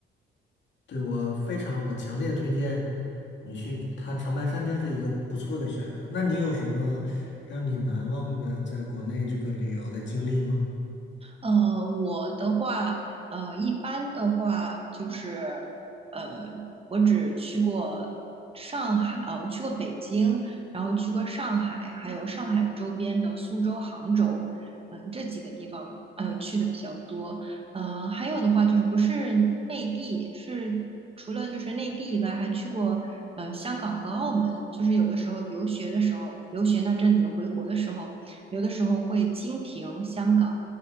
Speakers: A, on the left; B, on the right.
A: 对，我非常，我强烈推荐你去它长白山，真是一个不错的选择。那你有什么让你难忘的在国内这个旅游的经历吗？
B: 呃，我的话，呃，一般的话就是，呃，我只去过上海，呃，我去过北京，然后去过上海，还有上海周边的苏州、杭州，嗯、这几个地方，嗯、去的比较多。呃，还有的话就是不是内地，是除了就是内地以外，还去过呃香港和澳门。就是有的时候留学的时候，留学那阵子回国的时候，有的时候会经停香港。